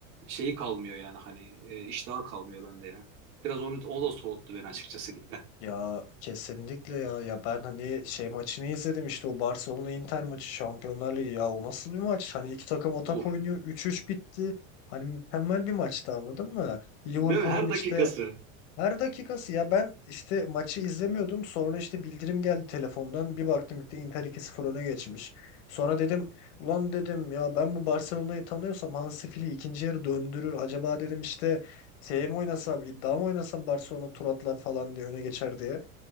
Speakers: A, on the right; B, on the left.
A: şeyi kalmıyor yani hani e, iştahı kalmıyor bende ya. Biraz onu, o da soğuttu beni açıkçası ligden.
B: Ya kesinlikle ya. Ya ben hani şey maçını izledim işte o Barcelona Inter maçı Şampiyonlar Ligi ya o nasıl bir maç? Hani iki takım atak
A: Of.
B: oynuyor üç üç bitti. Hani mükemmel bir maçtı anladın mı? Liverpool'un
A: Değil mi? Her
B: işte
A: dakikası.
B: her dakikası ya ben işte maçı izlemiyordum. Sonra işte bildirim geldi telefondan. Bir baktım işte Inter 2-0 öne geçmiş. Sonra dedim ulan dedim ya ben bu Barcelona'yı tanıyorsam Hansi Flick ikinci yarı döndürür. Acaba dedim işte şey mi oynasam iddia mı oynasam Barcelona tur atlar falan diye öne geçer diye.